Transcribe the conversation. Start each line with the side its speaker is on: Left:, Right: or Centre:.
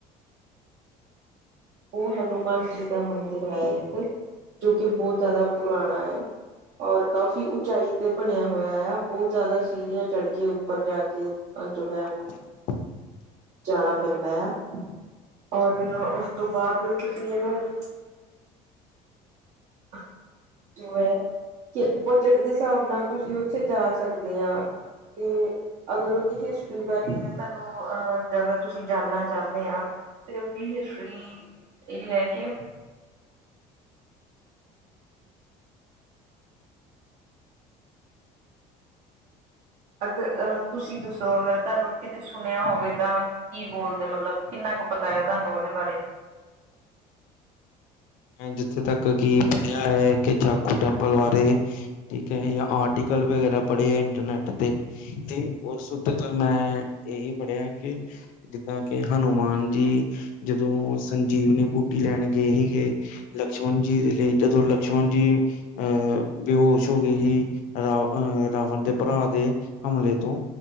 Right: ਉਹ ਹਨੂੰਮਾਨ ਜੀ ਦਾ ਮੰਦਿਰ ਹੈ ਇੱਕ ਜੋ ਕਿ ਬਹੁਤ ਜ਼ਿਆਦਾ ਪੁਰਾਣਾ ਹੈ। ਔਰ ਕਾਫ਼ੀ ਉਚਾਈ ਤੇ ਬਣਿਆ ਹੋਇਆ ਆ ਬਹੁਤ ਜ਼ਿਆਦਾ ਸੀੜੀਆਂ ਚੜਕੇ ਉੱਪਰ ਜਾ ਕੇ ਅੰਜੂ ਮੈਮ
Left: <inaudible>
Right: ਜਾਣਾ ਪੈਂਦਾ ਆ ਔਰ ਉਸ ਤੋਂ ਬਾਅਦ ਤੁਸੀਂ ਇਹਨੂੰ <unintelligible> ਕਿ ਬਜਟ ਦੇ ਹਿਸਾਬ ਨਾਲ ਤੁਸੀਂ ਉੱਥੇ ਜਾ ਸਕਦੇ ਹਾਂ ਤੇ ਅਗਰ ਉਹਦੀ ਹਿਸਟਰੀ ਬਾਰੇ ਤੁਹਾਨੂੰ ਅਹ ਜ਼ਿਆਦਾ ਤੁਸੀਂ ਜਾਣਨਾ ਚਾਹਣੇ ਆਂ। ਤੇ ਉਹਦੀ ਹਿਸਟਰੀ ਇਹ ਹੈ ਕਿ ਅਗਰ ਅ ਤੁਸੀਂ ਦੱਸੋ ਅਗਰ ਤੁਹਾਨੂੰ ਕਿਤੇ ਸੁਣਿਆ ਹੋਵੇ ਤਾਂ ਕੀ ਬੋਲਦੇ ਮਤਲਬ ਕਿੰਨਾ ਕ ਪਤਾ ਤੂਆਨੂ ਓਦੇ ਬਾਰੇ।
Left: ਮੈਂ ਜਿੱਥੇ ਤਕ ਕਿ ਪੜਿਆ ਹੈ ਕਿ ਜਾਖੂ ਟੈਂਪਲ ਬਾਰੇ ਠੀਕ ਆ ਜਾ ਆਰਟੀਕਲ ਵਗੈਰਾ ਪੜੇ ਐ ਇੰਟਰਨੈਟ ਤੇ ਤੇ ਉਸ ਉੱਤੇ ਤਾ ਮੈਂ ਏਹੀ ਪੜਿਆ ਕਿ ਜਿੱਦਾਂ ਕਿ ਹਨੂੰਮਾਨ ਜੀ ਜਦੋਂ ਸੰਜੀਵਨੀ ਬੂਟੀ ਲੈਣ ਗਏ ਹੀਗੇ। ਲਕਸ਼ਮਣ ਜੀ ਦੇ ਲਈ ਜਦੋਂ ਲਕਸ਼ਮਣ ਜੀ ਅਹ ਬੇਹੋਸ਼ ਹੋ ਗਏ ਹੀ। ਰਾਵ ਅਹ ਰਾਵਣ ਦੇ ਭਰਾ ਦੇ ਹਮਲੇ ਤੋਂ